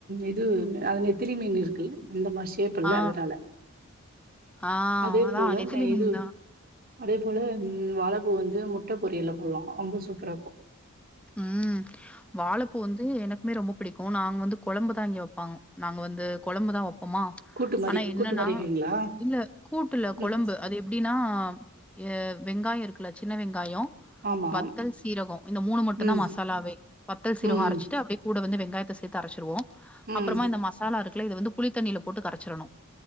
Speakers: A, on the right; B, in the centre.
A: இது அது நெத்திலி மீன் இருக்குல்ல அந்த மாரி ஷேப்புல்ல
B: ஆ,
A: அதனால
B: ஆ
A: அதே
B: அதான்
A: போல
B: நெத்திலி மீன்
A: இது
B: தான்.
A: அதே போல ம் வாழப்பூ வந்து முட்ட பொரியல்ல போட்லா ரொம்ப சூப்பராருக்கு
B: ம் வாழப்பூ வந்து எனக்குமே ரொம்ப பிடிக்கு நாங்க வந்து கொழம்பு தா இங்க வெப்பாங்க நாங்க வந்து கொழம்பு தா வப்போமா
A: கூட்டு மாரி
B: ஆனா என்னன்னா
A: கூட்டு மாரி வைக்கிறீங்களா?
B: இல்ல கூட்டுல்ல
A: ம்
B: கொழம்பு அது எப்டின்னா ய வெங்காயோ இருக்குல்ல சின்ன வெங்காயோ
A: ஆமா.
B: வத்தல் சீரகொ இந்த மூணு மட்டுந்தா
A: ம்.
B: மசாலாவே வத்தல் சீரகோ
A: ம். ம்.
B: அரச்சிட்டு அப்டே கூட வந்து வெங்காயத்த சேத்து அரச்சிருவோ
A: ம்.
B: அப்புறமா இந்த மசாலா இருக்குல்ல இத வந்து புளி தண்ணில போட்டு கரச்சிரணு